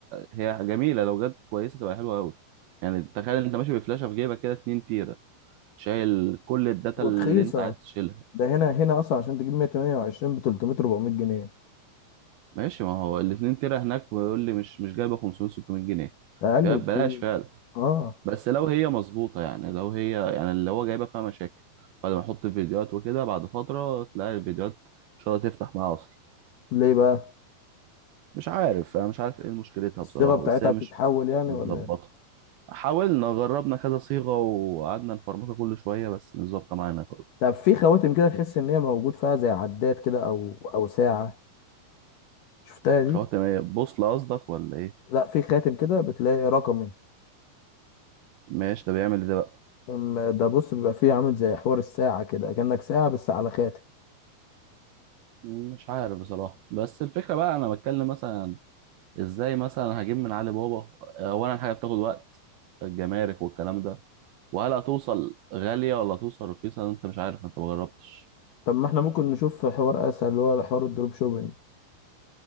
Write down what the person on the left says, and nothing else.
ورخيصه
ده هنا هنا اصلا عشان تجيب 128 ب 300 400 جنيه
اقل
بكتير
اه
ليه بقى
الصيغه
بتاعتها
بتتحول
يعني
ولا ايه
طب في خواتم كده تحس ان هي موجود فيها زي عداد كده او او ساعه شفتها دي
لا في خاتم كده بتلاقي رقمي
أم- ده بص بيبقى فيه عامل زي حوار الساعه كده كأنك ساعه بس على خاتم
طب ما احنا ممكن نشوف حوار اسهل اللي هو حوار الدروب شوبينج